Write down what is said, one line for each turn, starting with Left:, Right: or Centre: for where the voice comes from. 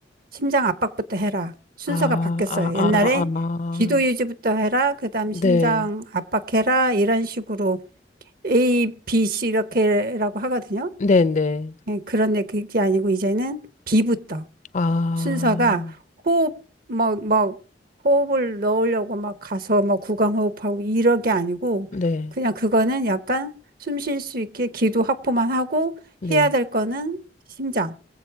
Right: 심장 압박부터 해라. 순서가
Left: 아,
Right: 바뀌었어요.
Left: 아, 아,
Right: 옛날에
Left: 아.
Right: 기도 유지부터 해라. 그다음
Left: 네,
Right: 심장 압박해라. 이런 식으로 A, B, C 이렇게라고 하거든요.
Left: 네네.
Right: 예, 그런데 그게 아니고 이제는 B부터
Left: 아,
Right: 순서가 호흡 뭐 뭐 호흡을 넣으려고 막 가서 뭐 구강호흡하고 이러게 아니고
Left: 네,
Right: 그냥 그거는 약간 숨 쉴 수 있게 기도 확보만 하고
Left: 네.
Right: 해야 될 거는 심장,